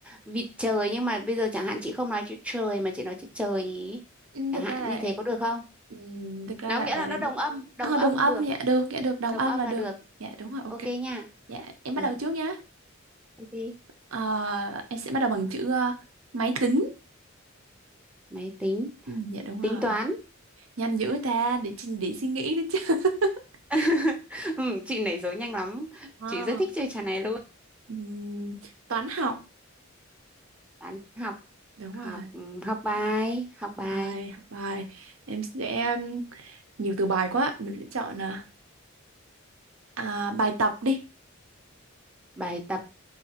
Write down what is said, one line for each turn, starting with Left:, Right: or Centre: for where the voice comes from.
Centre: vịt trời nhưng mà bây giờ chẳng hạn chị không nói chữ trời mà chị nói chữ trời ý.
Right: Ừ,
Centre: Chẳng
Right: Thực
Centre: hạn
Right: ra là
Centre: như thế có được không?
Right: ừ, thực ra
Centre: Nó
Right: là
Centre: Ừ, nghĩa
Right: ờ,
Centre: là nó đồng âm, đồng
Right: ờ,
Centre: âm
Right: đồng âm
Centre: được,
Right: dạ được, dạ được, đồng
Centre: đồng
Right: âm
Centre: âm
Right: là
Centre: là
Right: được.
Centre: được.
Right: Dạ đúng rồi, ok.
Centre: Ok nha.
Right: Dạ em bắt
Centre: Ừ,
Right: đầu trước nhá.
Centre: ok.
Right: Ờ, em sẽ bắt đầu bằng chữ ờ, máy tính.
Centre: Máy tính,
Right: Ừ, dạ đúng
Centre: tính
Right: rồi.
Centre: toán.
Right: Nhanh dữ ta để trình để suy nghĩ đấy chứ. <laughs>
Centre: <laughs> ừ, chị nảy số nhanh lắm
Right: Ờ,
Centre: chị rất thích chơi trò này luôn
Right: ừm, toán học.
Centre: toán học
Right: Đúng
Centre: học
Right: rồi.
Centre: học bài học bài
Right: Bài học bài. Em sẽ ừm, nhiều từ bài quá. Mình sẽ chọn à, à, bài tập đi.
Centre: bài tập